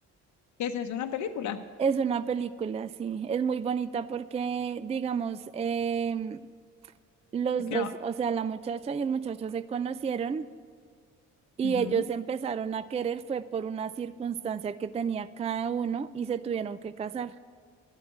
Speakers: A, on the left; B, on the right.
A: ¿Qué es eso? ¿Una película?
B: Es una película, sí, es muy bonita porque, digamos, em, los
A: ¿De qué
B: dos,
A: va?
B: o sea, la muchacha y el muchacho se conocieron y
A: Ujú.
B: ellos se empezaron a querer, fue por una circunstancia que tenía cada uno y se tuvieron que casar.